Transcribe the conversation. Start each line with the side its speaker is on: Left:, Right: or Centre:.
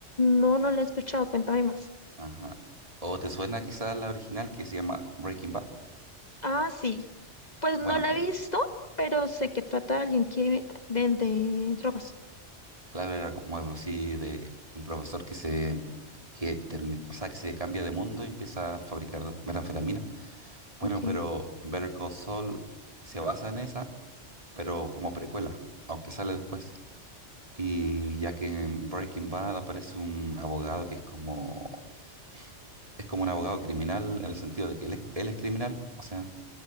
Left: No, no la he escuchado, cuéntame más.
Right: Ajá. O te suena quizás la original que se llama Breaking Bad.
Left: Ah, sí, pues
Right: Bueno,
Left: no la
Right: eh,
Left: he visto, pero sé que trata de alguien que vende drogas.
Right: claro, era como algo así de un profesor que se, que termi- o sea, que se cambia de mundo y empieza a fabricar metanfetamina. Bueno,
Left: Ok,
Right: pero Better Call Saul se basa en esa, pero como precuela, aunque sale después. Y ya que en Breaking Bad aparece un abogado que es como, es como un abogado criminal en el sentido de que él es, él es criminal, o sea,